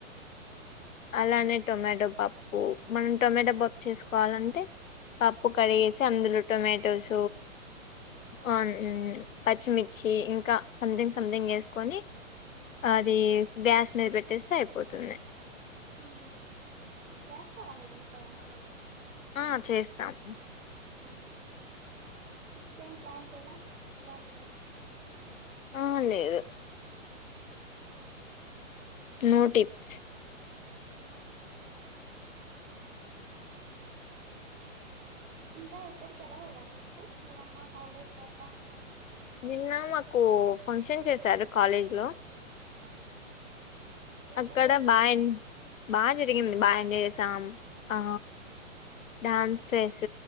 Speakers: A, on the left; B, on the right.
A: అలానే టొమాటో పప్ ఓ మనం టొమాటో పప్ చేసుకోవాలంటే పప్పు కడిగేసి అందులో టొమాటోస్ ఆ మ్ పచ్చిమిర్చి ఇంకా సంథింగ్ సంథింగ్ ఏసుకొని అది గ్యాస్ మీద పెట్టేస్తే అయిపోతుంది
B: హు చేస్తారా మీరు ఇంట్లో వంటలు
A: ఆ చేస్తాం
B: మ్మ్ ట్రిప్స్ ఏం ప్లాన్ చేయలే ఉగాది కదా
A: ఆ లేదు నోటిప్స్
B: ఉ ఇంకా ఎక్కడికేళ్ళలేదా ట్రిప్పు ఏమన్నా హాలిడేస్ లో అట్లా
A: నిన్న మాకు ఫంక్షన్ చేశారు కాలేజ్ లో
B: ఆ ఎట్ట
A: అక్కడ
B: జరిగింది
A: బాయిన్ బాగా జరిగింది బాయి జయ్ చేసాం ఆ డ్యాన్స్ సేస్